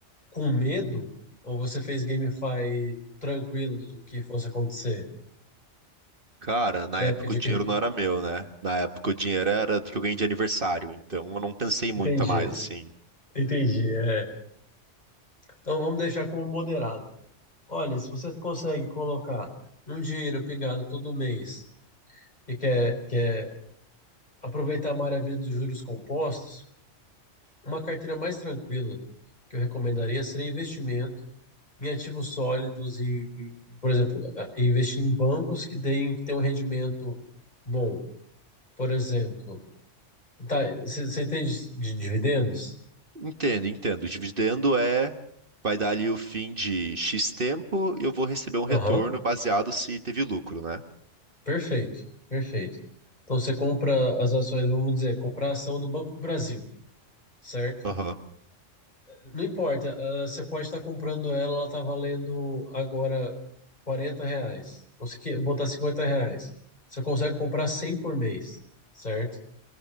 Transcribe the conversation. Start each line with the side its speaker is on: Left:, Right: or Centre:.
Left: com medo, ou você fez GameFi tranquilo do que fosse acontecer
Right: Cara, na
Left: na
Right: época
Left: época de
Right: o dinheiro
Left: cripto?
Right: não era meu, né? Na época o dinheiro era do que eu ganhei de aniversário, então eu não pensei muito
Left: Entendi,
Right: a mais, assim.
Left: entendi, é. Então vamos deixar como moderado. Olha, se você consegue colocar um dinheiro pingado todo mês e quer, quer Aproveitar a maravilha dos juros compostos, uma carteira mais tranquila que eu recomendaria seria investimento em ativos sólidos e, e, por exemplo, a- e investir em bancos que deem, que tenham um rendimento bom. Por exemplo, tá, você entende de dividendos?
Right: Entendo, entendo. O dividendo é, vai dar ali o fim de X tempo e eu vou receber um retorno
Left: Aham,
Right: baseado se teve lucro, né?
Left: perfeito, perfeito. Então você compra as ações, vamos dizer, comprar a ação do Banco do Brasil, certo?
Right: Aham.
Left: Não importa, ah, você pode estar comprando ela, ela tá valendo agora 40 reais. Ou se botar 50 reais. Você consegue comprar 100 por mês, certo?